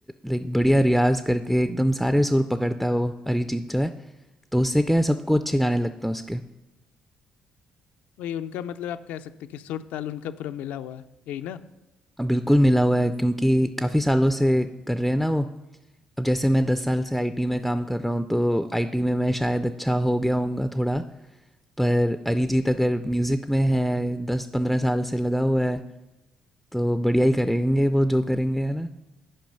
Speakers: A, in the centre; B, on the left (about 80°).
A: लाइक बढ़िया रियाज करके एकदम सारे सुर पकड़ता है वो अरिजीत जो है तो उससे क्या है सबको अच्छे गाने लगते हैं उसके
B: वही उनका मतलब आप कह सकते हैं कि सुर ताल उनका पूरा मिला हुआ है यही ना
A: अब बिल्कुल मिला हुआ है क्योंकि काफ़ी सालों से कर रहे हैं ना वो अब जैसे मैं दस साल से आईटी में काम कर रहा हूँ तो आईटी में मैं शायद अच्छा हो गया होऊंगा थोड़ा पर अरिजीत अगर म्यूज़िक में है दस पंद्रह साल से लगा हुआ है तो बढ़िया ही करेंगे वो जो करेंगे है ना।